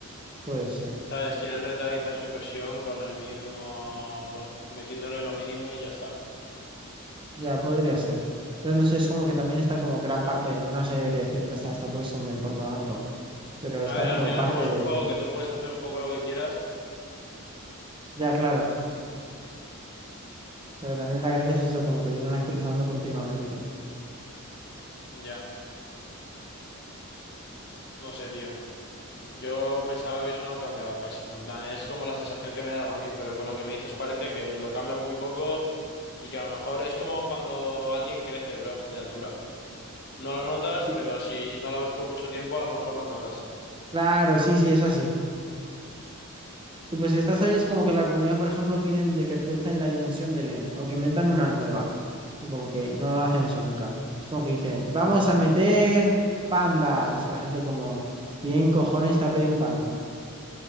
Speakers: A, on the right; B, on the left.
A: puede ser,
B: ¿Sabes? Quieren rentabilizar su inversión con el mínimo, pu- metiéndole lo mínimo y ya está.
A: ya podría ser. Pero no sé, es como que también está como gran parte, no sé, debería decirte, ¿sabes? Tampoco eso me importa tanto, pero
B: A
A: está
B: ver, al
A: como
B: final,
A: parte
B: como es
A: de...
B: un juego que tú puedes hacer un poco lo que quieras,
A: Ya, claro, pero también la gracia es eso, como que lo iban actualizando continuamente.
B: ya. No sé, tío. Yo pensaba que eso no cambiaba casi, en plan, es como la sensación que me daba a mí, pero con lo que me dices parece que lo cambian muy poco y que a lo mejor es como cuando alguien crece, bro, de altura. No lo notas,
A: Sí,
B: pero si no lo ves por mucho tiempo, a lo mejor lo notas.
A: claro, sí, sí, es así. Tú, pues si estás ahí es como que la comunidad, por ejemplo, piden de que actualicen la dimensión del end o que inventan una nueva. Y como que no lo hacen eso nunca. Es como que dicen, vamos a meter pandas. Y la gente como, ¿y en cojones te ha pedido un panda?